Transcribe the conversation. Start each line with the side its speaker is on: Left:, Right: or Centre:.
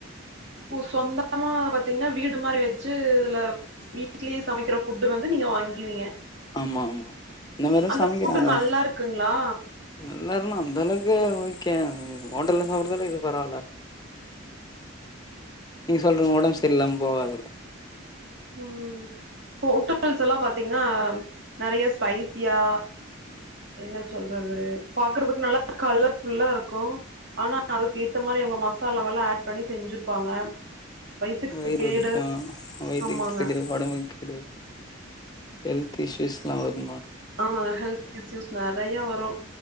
Right: சொந்தமா பாத்தீங்கன்னா வீடு மாரி வச்சு இதுல வீட்லேயே சமைக்கிற ஃபுட்டு் வந்து நீங்க வாங்குவீங்க
Left: ஆமா ஆமா இந்த மாரிலா
Right: அந்த
Left: சமைக்கிறாங்க
Right: புட்டு
Left: அவங்க
Right: நல்லா இருக்குங்களா
Left: நல்லா இருணு அந்த அளவுக்கு ஓக்கே ஹோட்டல்ல சாப்பறத விட இது பரவாயில்ல நீங்க சொல்றீங்க உடம்பு சரியில்லாம போகாததுல்ல
Right: ம் ஹோட்டல்ஸ் எல்லா பாத்தீங்கன்னா நெறைய ஸ்பைஸியா என்ன சொல்றது பாக்குறதுக்கு நல்லா கலர்ஃபுல்லா இருக்கு ஆனா அதுக்கு ஏத்த மாரி அவங்க மசாலாவல்ல ஆட் பண்ணி செஞ்சிருப்பாங்க வயித்துக்கு
Left: வயிறு
Right: கேடு
Left: வலிக்கு வயித்துக்கு
Right: ஆமாங்க
Left: கேடு உடம்பு கேடு ஹெல்த் இஸ்யூஸ் எல்லா வருமா
Right: ஆமா ஹெல்த் இஸ்யூஸ் நெறைய வரு